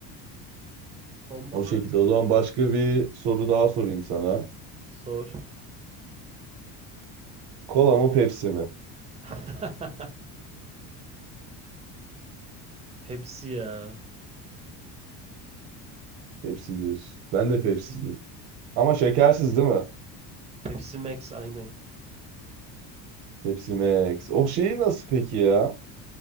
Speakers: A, on the right; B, on the right.
A: Sonbahar.
B: O şekilde. O zaman başka bir soru daha sorayım sana.
A: Sor.
B: Kola mı Pepsi mi?
A: <laughs> Pepsi ya.
B: Pepsi diyorsun. Ben de Pepsi'ciyim. Ama şekersiz değil mi?
A: Pepsi Max aynen.
B: Pepsi Max. O şeyi nasıl peki ya?